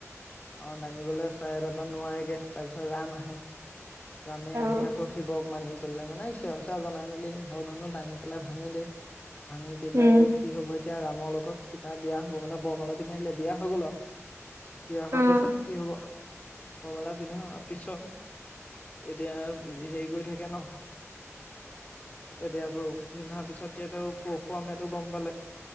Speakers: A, on the left; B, on the right.
A: অ দাঙিবলৈ চাই তাৰপা নোৱাৰে তাৰপিছত ৰাম আহে। ৰামে
B: অ',
A: আহি আকৌ শিৱক মানি। লে মানে সেৱৰ চেৱ জনাই মেলি সৰ ধনু দাই নি পেলাই ভাঙি দে। ভাঙি দিলাই
B: উম,
A: কি হ'ব। এতিয়া ৰামৰ লগত কতিয়া বিয়া হ'ব মানে বৰমালা পিন্ধাইলে বিয়া হৈ গ'ল অ। বিয়া
B: অ',
A: হোৱাৰ পিছত কি হব। কমালা পিন্ধাৰ পিছত এতিয়া হেৰি কৰি থাকে ন। এতিয়া বৌ সি অহাৰ পিছত তেতিয়া টো পশুমটো গম পালে।